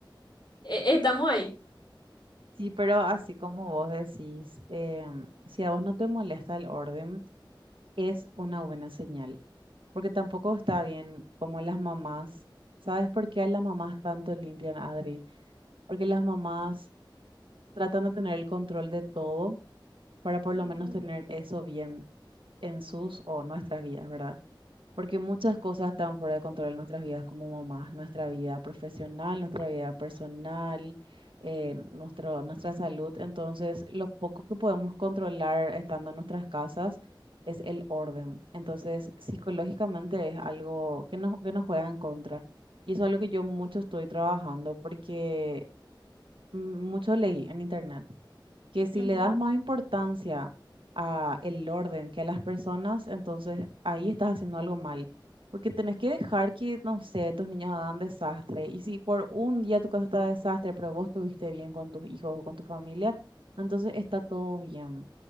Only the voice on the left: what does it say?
E- Estamos ahí.
Ujú,
Ujú,